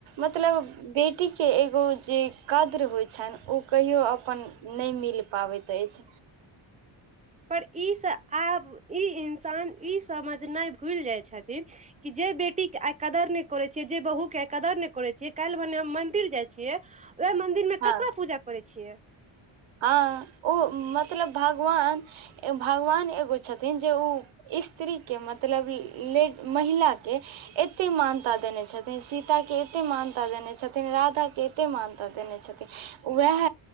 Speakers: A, on the right (about 70°); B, on the right (about 15°).
A: मतलब बेटी के एगो जे कद्र होइ छै छन ओ कहियो अपन नय मिल पाबैत अछ
B: पर इ स आब इ इन्सान इ समझनाय भूलि जाय छथिन कि जे बेटीके आय कदर नय करैत छियै जे बहुके आय कदर नय करैत छियै काल्हि भने हम मंन्दिर जाइत छियै वेह मंदिर मे
A: हँ
B: ककरा पूजा करै छियै
A: हँ ओ मतलब भगवान भगवान एगो छथिन जे उ स्त्री के मतलब ले महिला के एते मानता देने छथिन सीता के एते मानता देने छथिन राधा के ए एते मानता देने छथिन वेह